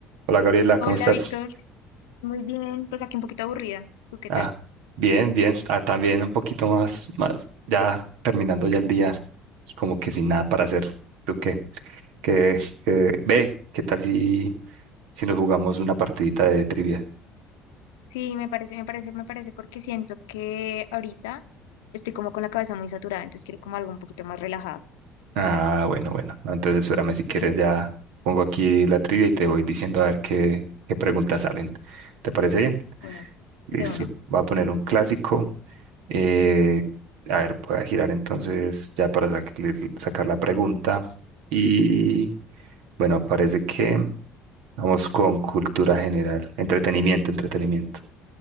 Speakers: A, on the right (about 60°); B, on the left (about 65°).
A: Hola Gabriela, ¿cómo
B: Hola,
A: estás?
B: Víctor. Muy bien, pues aquí un poquito aburrida. ¿Tú qué
A: Ah,
B: tal?
A: bien, bien. Ah, también un poquito más, más, ya terminando ya el día, y como que sin nada para hacer. ¿Tú qué? ¿Qué, qué- ve, ¿qué tal si, si nos jugamos una partidita de trivia?
B: Sí, me parece, me parece, me parece porque siento que ahorita estoy como con la cabeza muy saturada, entonces quiero como algo un poquito más relajado.
A: Ah, bueno, bueno. No, Entonces espérame si quieres
B: De una,
A: ya pongo aquí la trivia y te voy diciendo a ver qué, qué preguntas salen. ¿Te parece bien?
B: bueno,
A: Listo.
B: de una.
A: Voy a poner un clásico. Eh, a ver, voy a girar entonces ya para sac- sacar la pregunta. Y Bueno, parece que vamos con cultura general, entretenimiento, entretenimiento.